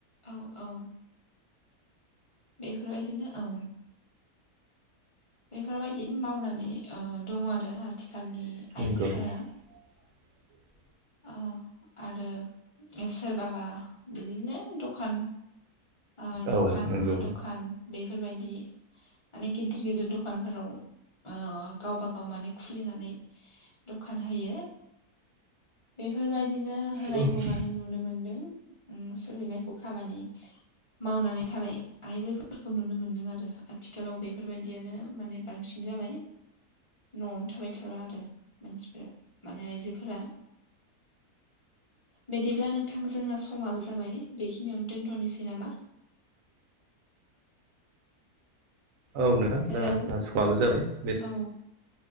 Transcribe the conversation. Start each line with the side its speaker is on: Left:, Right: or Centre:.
Left: औ औ बेफोरबायदिनो औ बेफोरबायदि मावनानै दंङो आरो आथिखालनि
Right: नंगौ
Left: आइजोफोरा
Right: <inaudible>
Left: औ आरो सोरबाबा बिदिनो दखान ओ दखान
Right: औ नंगौ
Left: जि दखान बेफोरबायदि माने गिदिर गिदिर दखान दखानफोराव ओ गावबा गाव माने खुलिनानै दखान होयो बेफोरबायदिनो होनायखौ
Right: औ
Left: माने नुनो मोनदों सोलिनायखौ खामानि मावनानै थानाय आइजोफोरखौ नुनो मोनदों आरो आथिखालाव बेफोरबायदियानो माने बांसिन जाबाय न'आवनो थाबाय थाला आरो मानसिफोर माने आइजोफोरा बिदिब्ला नोंथां जोंना समाबो जाबाय बेखिनियावनो दोनथ'नोसै नामा
Right: औ नोंथां
Left: हेलौ
Right: दा जाहा समाबो जाबाय दे
Left: औ